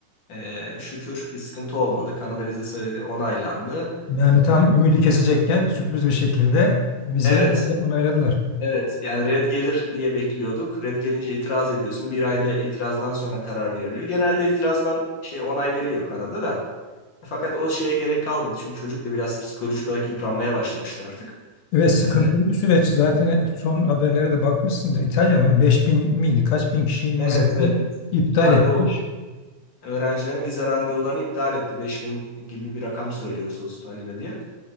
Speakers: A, on the left; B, on the left.
A: Ee, şükür bir sıkıntı olmadı. Kanada vizesi onaylandı.
B: Yani tam
A: Ee,
B: ümidi kesecekken sürpriz bir şekilde vizeyi
A: evet,
B: onay- onayladılar.
A: evet. Yani red gelir diye bekliyorduk. Red gelince itiraz ediyorsun. Bir ayda itirazdan sonra karar veriliyor. Genelde itirazdan şey onay veriyor Kanada da. Fakat o şeye gerek kalmadı. Çünkü çocuk da biraz psikolojik olarak yıpranmaya başlamıştı artık.
B: Ve sıkıntılı
A: Ee,
B: bir süreç. Zaten son haberlere de bakmışsındır. İtalya mı? beş bin miydi? Kaç bin kişi
A: Evet
B: vizesini
A: evet.
B: iptal
A: Randevu
B: etmiş.
A: öğrencilerin vize randevularını iptal etti. beş bin gibi bir rakam söylüyor sosyal medya.